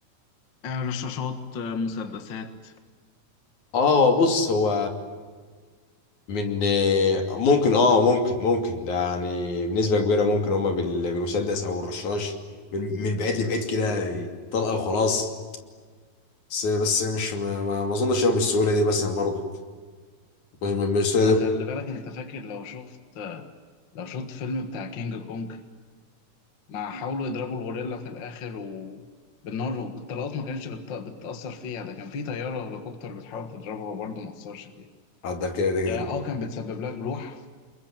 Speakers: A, on the left; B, on the left.
A: آه، رشاشات آه، مسدسات
B: آه بص هو من آه، ممكن اه ممكن ممكن ده يعني بنسبة كبيرة ممكن هما بال- بالمسدس او الرشاش من من بعيد لبعيد كده طلقة وخلاص بس بس مش ما, ما ما اظنش هو بالسهولة دي مثلا برضه مش- مش بالسهولة
A: ما خلي
B: دي
A: بالك أنت فاكر لو شفت آه، لو شفت فيلم بتاع كينج كونج ما حاولوا يضربوا الغوريلا في الآخر و... بالنار والطلقات ما كانتش بت... بتأثر فيها ده كان في طيارة هليكوبتر بتحاول تضربها وبرضه ما أثرش فيها
B: اقدر كده كده
A: يعني
B: كده.
A: اه كان بتسبب لها جروح